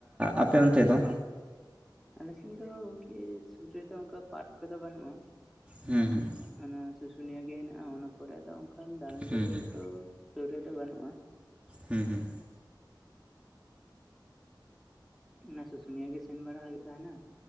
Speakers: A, on the right; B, in the centre.
A: ᱟᱯᱮ ᱚᱱᱛᱮ ᱫᱚ
B: ᱟᱞᱮ ᱥᱮᱱ ᱫᱚ ᱜᱚᱝᱠᱮ ᱥᱩᱨ ᱨᱮᱫᱚ ᱚᱱᱠᱟ ᱯᱟᱨᱠ ᱠᱚᱫᱚ ᱵᱟᱹᱱᱩᱜᱼᱟ
A: ᱦᱮᱸ ᱦᱮᱸ
B: ᱚᱱᱟ ᱥᱩᱥᱩᱱᱤᱭᱟᱹ ᱜᱮ ᱦᱮᱱᱟᱜᱼᱟ ᱚᱱᱟ ᱯᱚᱨᱮ ᱟᱫᱚ ᱚᱱᱠᱟᱱ ᱫᱟᱬᱟᱱ ᱡᱟᱭᱜᱟ
A: ᱦᱮᱸ ᱦᱮᱸ
B: ᱠᱚᱫᱚ ᱥᱩᱨ ᱨᱮᱫᱚ ᱵᱟᱹᱱᱩᱜᱼᱟ
A: ᱦᱮᱸ ᱦᱮᱸ
B: ᱚᱱᱮ ᱥᱩᱥᱩᱱᱤᱭᱟᱹ ᱜᱮ ᱥᱮᱱ ᱵᱟᱲᱟ ᱦᱩᱭᱩᱜ ᱛᱟᱦᱮᱱᱟ